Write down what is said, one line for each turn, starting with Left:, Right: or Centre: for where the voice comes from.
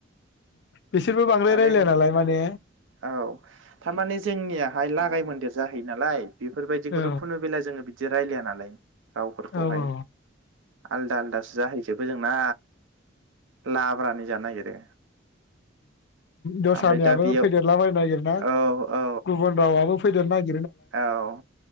Left: बिसोरबो बांद्राय
Right: आरो
Left: रायलाया नालाय माने
Right: औ थारमाने जोंनियाहाय लागाय मोनदेर जा यो नालाय बेफोरबायदिखौथ'
Left: औ
Right: खुनुबेला जोङो बिदि रायलाया नालाय रावफोरखौहाय
Left: औ औ
Right: आलदा आलदासो जाहैजोबो जोंना लाब्रानि जानो नागिरो।
Left: दस्रानियाबो
Right: ओमफ्राय दा बेयाव
Left: फैदेरलाबायनो नागिरना
Right: औ औ
Left: गुबुन रावाबबो फैदेरनो नागिर
Right: औ